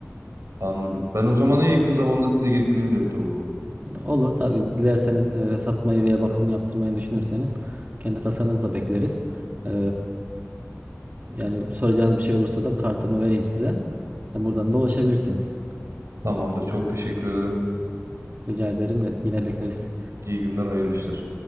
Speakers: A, on the right (about 75°); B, on the right (about 35°).
A: Anladım. Ben o zaman en yakın zamanda size getireyim laptopu.
B: Olur tabii dilerseniz e, satmayı veya bakım yaptırmayı düşünürseniz kendi kasanızda bekleriz. E, yani soracağınız bir şey olursa da kartımı vereyim size. Ya buradan da ulaşabilirsiniz.
A: Tamamdır. Çok teşekkür ederim.
B: Rica ederim. Yine bekleriz.
A: İyi günler, hayırlı işler.